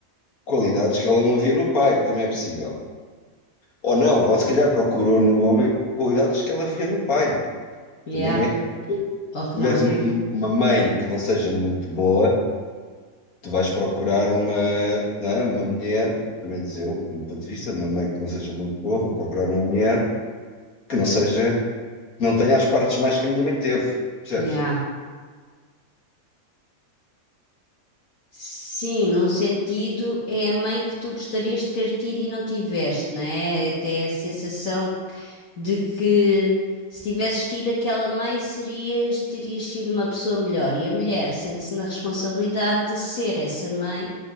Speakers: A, on the left; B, on the left.
A: qualidades que ela não via no pai, que também é possível. Ou não, ela, se calhar, procurou no homem qualidades que ela via no pai,
B: yeah.
A: também é.
B: Ou
A: Se
B: que
A: tiveres
B: não vê?
A: uma uma mãe que não seja muito boa, tu vais procurar uma, não é? Uma mulher, pelo menos eu, do meu ponto de vista, uma mãe que não seja muito boa, vou procurar uma mulher que não seja, que não tenha as partes mais que a minha mãe teve, percebes?
B: Yeah. Sim, num sentido, é a mãe que tu gostarias de ter tido e não tiveste, não é? Até a sensação de que se tivesses tido aquela mãe, serias, terias sido uma pessoa melhor. E a mulher sente-se na responsabilidade de ser essa mãe